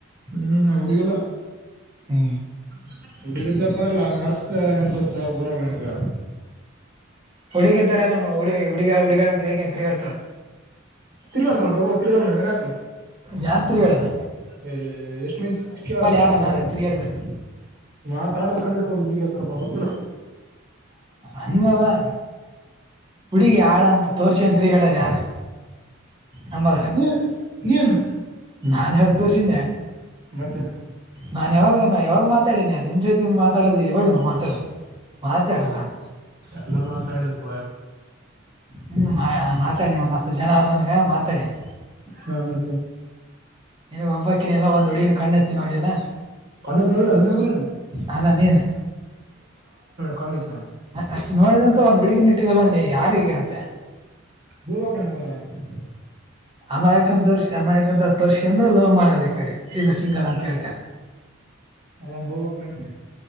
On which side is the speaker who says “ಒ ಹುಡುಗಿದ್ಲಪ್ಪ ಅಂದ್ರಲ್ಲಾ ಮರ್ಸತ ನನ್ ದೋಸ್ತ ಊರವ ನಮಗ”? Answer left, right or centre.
Right